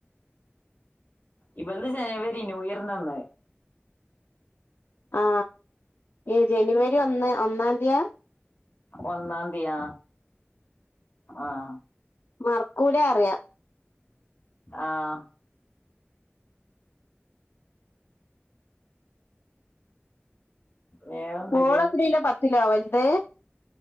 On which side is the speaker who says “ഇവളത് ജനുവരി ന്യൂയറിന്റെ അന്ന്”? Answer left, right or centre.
Left